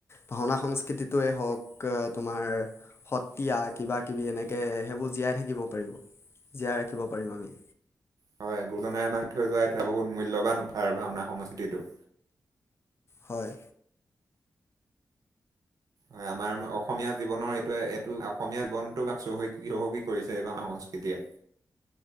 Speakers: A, on the left (about 40°); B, on the right (about 60°).
A: ভাওঁনা সংস্কৃতিটোৱে হওঁক তোমাৰ সত্ৰীয়া কিবা কিবি এনেকে সেইবোৰ জীয়াই থাকিব পাৰিব। জীয়াই ৰাখিব পাৰিম আমি।
B: হয় গুৰুজনাই আমাক থৈ যোৱা এইটোৱে বহুত মূল্যবান উফাৰ ভাওনা সংস্কৃতিটো।
A: হয়।
B: হয় আমাৰ অসমীয়া জীৱনৰ এইটোৱে এইটো অসমীয়া জীৱনটোক আমাক চহকী চহকী কৰিছে এই ভাওঁনা সংস্কৃতিয়ে।